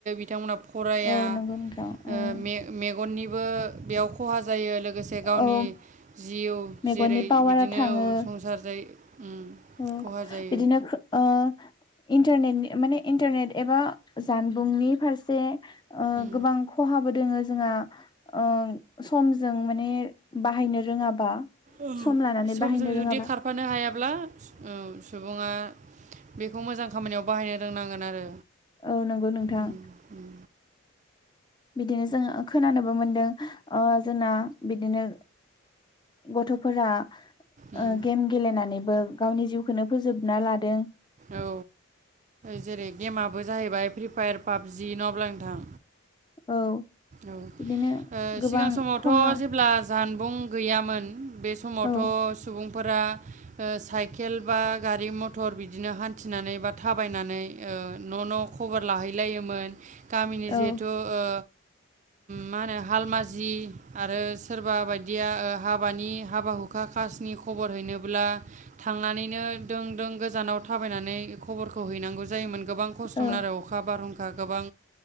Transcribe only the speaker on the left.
औ नंगौ
नोंथां उम
औ
मेगननि
पावारा
थाङो
उम
बिदिनो ओ इन्टारनेट माने इन्टारनेट एबा जानबुंनि फारसे। ओ
गोबां खहाबो दोङो जोंहा ओ समजों माने बाहायनो रोङाबा
सम लानानै
बाहायनो रोङाबा
औ नंगौ नोंथां
बिदिनो जोङो खोनानोबो मोनदों ओ जोंना बिदिनो गथ'फोरा ओ
गेम गेलेनानै बो गावनि जिउखौनो फोजोबना लादों।
औ
बिदिनो गोबां
खहा
औ
औ
औ